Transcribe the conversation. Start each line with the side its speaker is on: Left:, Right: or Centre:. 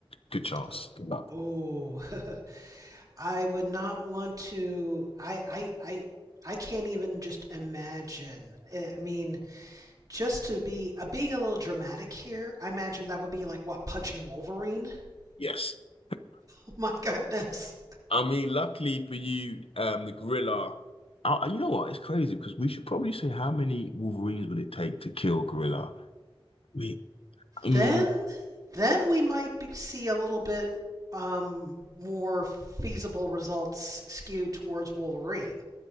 Left: good chance.
Right: oh,
Left: Good luck.
Right: oh <laughs> i would not want to i i i I can't even just imagine. I mean, just to be uh, being a little dramatic here, I imagine that would be like what punching Wolverine. <laughs>
Left: Yes. <laughs>
Right: Oh my goodness.
Left: I mean, luckily for you, um, the gorilla. I, you know what? It's crazy because we should probably say how many Wolverines would it take to kill a gorilla? We, um,
Right: Then then we might be, see a little bit um, more feasible results skew towards Wolverine.